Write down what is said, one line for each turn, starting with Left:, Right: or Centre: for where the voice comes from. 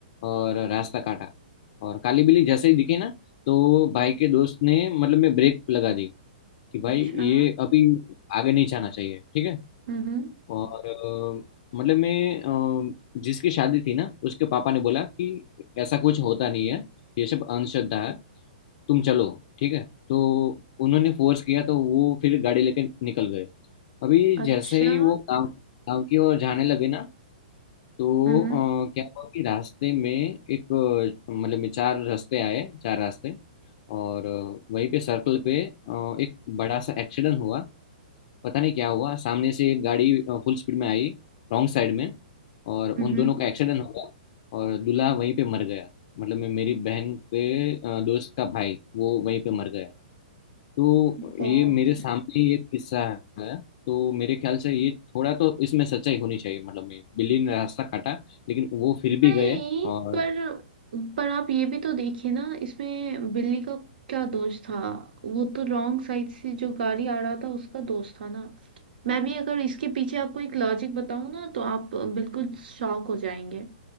Left: और रास्ता काटा और काली बिल्ली जैसे ही दिखी ना तो भाई के दोस्त ने मतलब में ब्रेक लगा दी कि भाई
Right: अच्छा
Left: ये अभी आगे नहीं जाना चाहिए ठीक है
Right: हम्म
Left: और अ, मतलब मैं अ, जिसकी शादी थी ना उसके पापा ने बोला कि ऐसा कुछ होता नहीं है ये सब अंधश्रद्धा है तुम चलो ठीक है तो उन्होंने फोर्स किया तो वो फिर गाड़ी लेके निकल गए अभी
Right: अच्छा
Left: जैसे ही वो गांव गांव की ओर जाने लगे ना तो
Right: हम्म
Left: अ, क्या हुआ कि रास्ते में एक अ, मतलब में चार रास्ते आए चार रास्ते और अ, वहीं पे सर्कल पे अ, एक बड़ा सा एक्सीडेंट हुआ पता नहीं क्या हुआ सामने से एक गाड़ी फुल स्पीड में आई रॉन्ग साइड में और उन
Right: हम्म
Left: दोनों का एक्सीडेंट हो गया और दूल्हा वहीं पे मर गया मतलब मैं मेरी बहन के अ, दोस्त का भाई वो वहीं पे मर गया तो
Right: बाप
Left: ये मेरे
Right: रे
Left: सामने ये किस्सा है तो मेरे ख्याल से ये थोड़ा तो इसमें सच्चाई होनी चाहिए मतलब मैं बिल्ली ने रास्ता काटा लेकिन वो फिर भी
Right: नहीं
Left: गए और
Right: पर पर आप ये भी तो देखिए ना इसमें बिल्ली का क्या दोष था वो तो रॉन्ग साइड से जो गाड़ी आ रहा था उसका दोष था ना मैं भी अगर इसके पीछे आपको एक लॉजिक बताऊं ना तो आप बिल्कुल शॉक हो जाएंगे